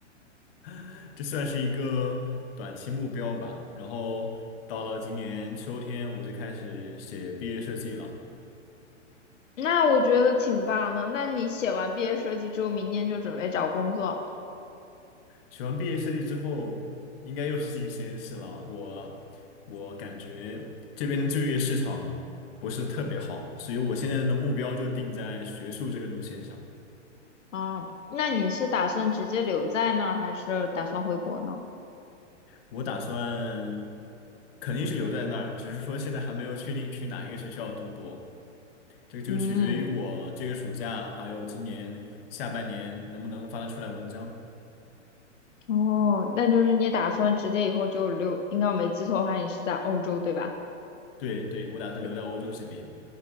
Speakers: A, on the left; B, on the left.
A: <laughs> 这算是一个短期目标吧。然后到了今年秋天，我就开始写毕业设计了。
B: <laughs> 那我觉得挺棒的。那你写完毕业设计之后，明年就准备找工作
A: 写完毕业设计之后，应该又是进实验室了。我我感觉这边的就业市场不是特别好，所以我现在的目标就定在学术这个路线上。
B: 啊？那你是打算直接留在那儿，还是打算回国呢？
A: 我打算肯定是留在那儿，只是说现在还没有确定去哪一个学校读博，这个就取决于我这个暑假还有今年下半年能不能发得出来文章。
B: 嗯，哦，那就是你打算直接以后就留，应该我没记错的话，你是在欧洲对吧？
A: 对对，我打算留在欧洲这边。
B: 对，